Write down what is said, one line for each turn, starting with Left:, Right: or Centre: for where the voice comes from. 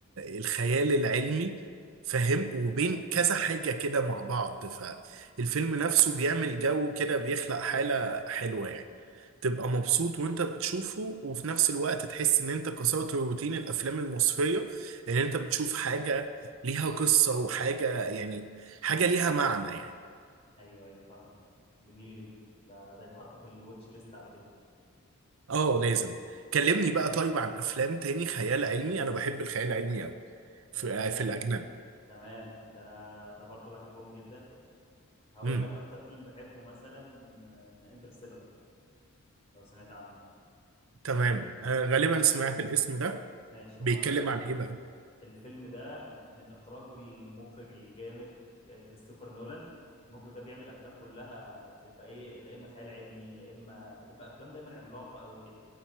Right: الخيال العلمي فاهم وبين
Left: ايوه
Right: كذا حاجة كده مع بعض فالفيلم نفسه بيعمل جو كده بيخلق حالة حلوة يعني تبقى
Left: <laughs>
Right: مبسوط وانت بتشوفه وفي نفس الوقت تحس ان انت كسرت روتين الافلام المصرية ان انت بتشوف حاجة ليها قصة وحاجة يعني حاجة ليها معنى يعني
Left: ايوه ايوه فاهمك جميل جدا ده ده يتحط في الواتش ليست على كده
Right: اه لازم كلمني بقى طيب عن افلام تاني خيال علمي انا بحب الخيال العلمي قوي في
Left: هي اجنبي
Right: في الاجنبي
Left: يعني تمام ده انا انا برضو بحبهم جدا هقول
Right: امم
Left: لك اكتر فيلم بحبه مثلا انترستيلر لو سمعت عنه
Right: تمام آه غالبا
Left: سمعت عنه
Right: سمعت الاسم ده
Left: ماشي
Right: بيتكلم
Left: هو
Right: عن ايه بقى
Left: الفيلم ده من اخراج المخرج الجامد آه، كريستوفر نولان المخرج ده بيعمل افلام كلها بتبقى ايه لا اما خيال علمي لا اما بتبقى افلام دايما عملاقه قوي كده